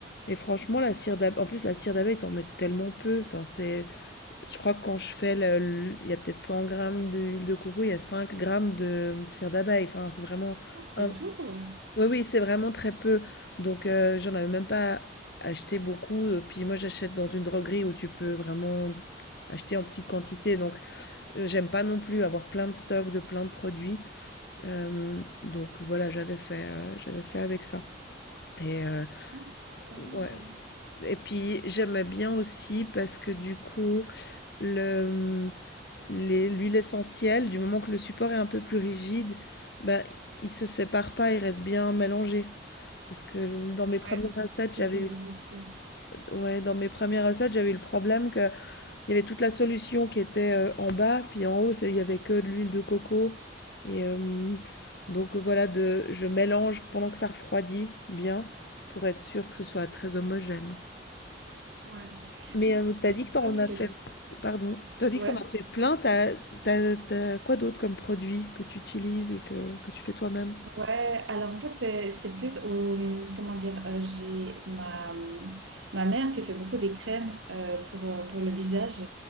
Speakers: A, on the left; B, on the right.
A: Et franchement, la cire d'abeille, en plus, la cire d'abeille, t'en mets tellement peu. Enfin, c'est. Je crois que quand je fais, le- le- il y a peut-être 100 grammes d'huile de coco, il y a 5 grammes de cire d'abeille. Enfin, c'est vraiment...
B: Ah, c'est
A: un-
B: tout. ouais.
A: Oui, oui, c'est vraiment très peu. Donc, euh, j'en avais même pas acheté beaucoup. Euh, Puis moi, j'achète dans une droguerie où tu peux vraiment acheter en petite quantité. Donc, euh, j'aime pas non plus avoir plein de stocks de plein de produits. Euh, donc, voilà, j'avais fait, euh, j'avais fait avec ça. Et, euh,
B: Ah, c'est pas mal.
A: ouais. Et puis, j'aimais bien aussi parce que du coup, le... Les- L'huile essentielle, du moment que le support est un peu plus rigide, bah, il se sépare pas, il reste bien mélangé. Parce que dans mes premières
B: Ouais,
A: recettes,
B: ça,
A: j'avais
B: c'est
A: eu,
B: vrai aussi.
A: le- ouais, dans mes premières recettes, j'avais eu le problème que il y avait toute la solution qui était euh, en bas, puis en haut, c'est- il y avait que de l'huile de coco. Et euh, donc voilà, de, je mélange pendant que ça refroidit bien pour être sûr que ce soit très homogène.
B: Ouais.
A: Mais euh, t'as
B: Mais
A: dit
B: c'est
A: que t'en
B: vrai que c'est...
A: as fait, pardon, t'as dit
B: Ouais.
A: que t'en as fait plein, t'as, t'as, t'as quoi d'autre comme produit que tu utilises et que, que tu fais toi-même?
B: Ouais, alors en fait, c'est, c'est plus au, mmh, comment dire, euh, j'ai ma, mmh, ma mère qui fait beaucoup des crèmes euh, pour, euh, pour le visage.